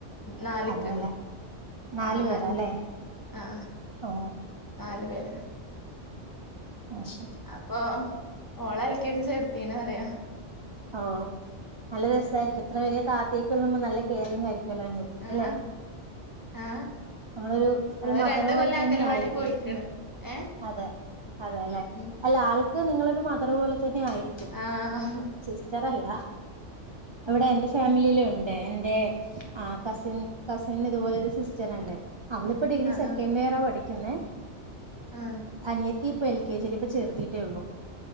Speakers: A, on the left; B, on the right.
A: നാലിക്ക്.
B: അതെല്ലെ നാലു
A: ആഹ് നാലില്
B: പേരാല്ലേ
A: ആഹ് ആഹ്
B: ഓ
A: നാല് പേര
B: ആഹ് ശരി
A: അപ്പൊ ഓളെ എൽ കെ ജി ചേർത്തീന് ന്ന് അറിയ.
B: ഓഹ് നല്ല രസായിരിക്കും. ഇത്ര വലിയ താത്തേക്കെ ഉള്ളമ്പോ നല്ല കെയറിംങ്ങ് ആയിരിക്കുവല്ലോ അനിയ
A: ആ
B: ല്ലേ
A: ആ
B: ഇപ്പളൊരു ഒരു
A: ഓള്
B: മദറ്
A: രണ്ട്
B: പോലെ
A: കൊല്ലം
B: തന്നെ
A: അംഗലവാടി
B: ആയിരിക്കും.
A: പോയിക്ക്ണ് ഏ
B: അതെ അതേല്ലെ,
A: ഉം
B: അല്ല ആൾക്ക് നിങ്ങളൊരു മദറ് പോലെ തന്നെ ആയിരിക്കും.
A: ആഹ്
B: സിസ്റ്ററല്ല. എവിടെ എന്റെ ഇഷ് ഫാമിലിയിലും ഉണ്ടേ എന്റെ കസിൻ കസിൻ ഇതുപോലെ ഒരു സിസ്റ്ററുണ്ട്. അവള് ഇപ്പൊ ഡിഗ്രി
A: ആ
B: സെക്കൻഡ്
A: ആ
B: ഇയറ പഠിക്കുന്നേ.
A: ആ
B: അനിയ ത്തി ഇപ്പ എൽ കെ ജില് ഇപ്പ ചേർത്തിട്ടേ ഒള്ളു.